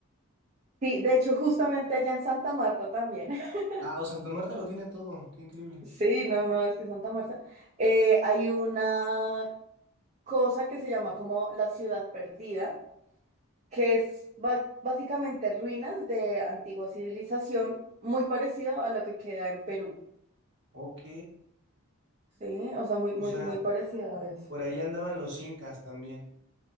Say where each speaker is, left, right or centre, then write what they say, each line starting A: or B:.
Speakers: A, on the right (about 30°); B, on the right (about 55°).
A: Sí, de hecho, justamente allá en Santa Marta también. <laughs>
B: Ah, o Santa Marta lo tiene todo. Qué increíble.
A: Sí, no, no, es que Santa Marta. eh, hay una cosa que se llama como la ciudad perdida, que es ba- básicamente ruinas de antigua civilización, muy parecido a lo que queda en Perú.
B: Ok.
A: Sí, o sea, muy, muy,
B: O sea,
A: muy parecido a eso.
B: por ahí andaban los incas también.